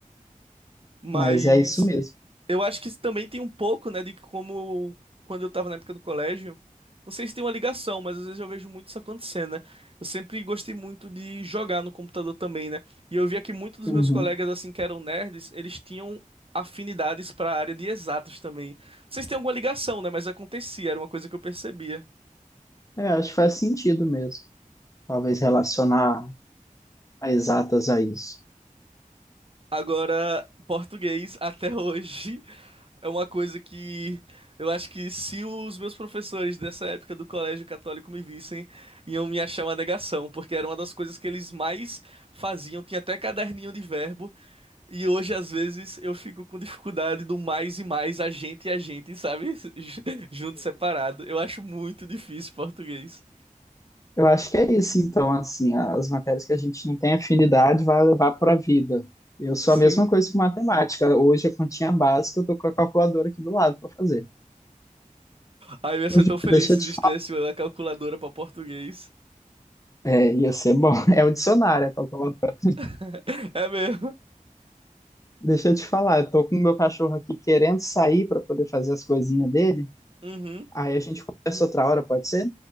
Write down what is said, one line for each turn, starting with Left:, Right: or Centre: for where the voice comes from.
Right: mas
Left: mas é isso mesmo.
Right: Eu acho que isso também tem um pouco, né, de que como quando eu tava na época do colégio, não sei se tem uma ligação, mas às vezes eu vejo muito isso acontecendo, né? Eu sempre gostei muito de jogar no computador também, né? E eu via que muitos dos
Left: Uhum.
Right: meus colegas, assim, que eram nerds, eles tinham afinidades para a área de exatas também. Não sei se tem alguma ligação, né, mas acontecia, era uma coisa que eu percebia.
Left: É, acho que faz sentido mesmo. Talvez relacionar a exatas a isso.
Right: Agora, português até hoje <laughs> é uma coisa que eu acho que se os meus professores dessa época do colégio católico me vissem, iam me achar uma negação, porque era uma das coisas que eles mais faziam. Tinha até caderninho de verbo, e hoje às vezes eu fico com dificuldade do mais e mais, a gente e a gente, sabe? <laughs> Junto, separado. Eu acho muito difícil português.
Left: Eu acho que é isso, então, assim, as matérias que a gente não tem afinidade vai levar para a vida. Eu sou
Right: Sim.
Left: a mesma coisa com matemática. Hoje a continha básica, eu tô com a calculadora aqui do lado para fazer.
Right: Ai, eu ia
Left: Hoje,
Right: ser tão feliz
Left: deixa
Right: se
Left: eu te
Right: existisse
Left: falar.
Right: uma calculadora para português.
Left: É, ia ser bom. <laughs> É o dicionário, a calculadora.
Right: <laughs> É mesmo.
Left: Deixa eu te falar, eu tô com o meu cachorro aqui querendo sair para poder fazer as coisinhas dele.
Right: Uhum.
Left: Aí a gente conversa outra hora, pode ser?